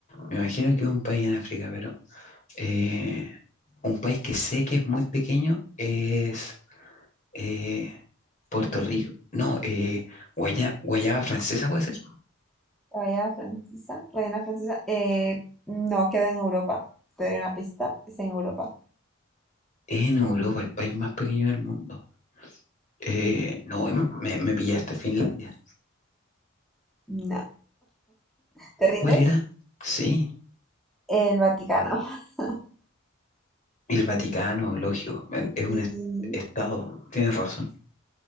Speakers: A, on the left; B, in the centre.
A: me imagino que es un país en África, pero eh, un país que sé que es muy pequeño es eh, Puerto Rico. No, eh, Guaya- Guayana Francesa puede ser.
B: ¿Guayana Francesa? ¿Guayana Francesa? Eh, no, queda en Europa. Te doy una pista, es en Europa.
A: Es en Europa, el país más pequeño del mundo. Eh, no, me, me pillaste Finlandia.
B: No. ¿Te rindes?
A: ¿Cuál era? Sí.
B: El Vaticano. <laughs>
A: El Vaticano, lógico, en- es un
B: Y,
A: est- estado, tienes razón.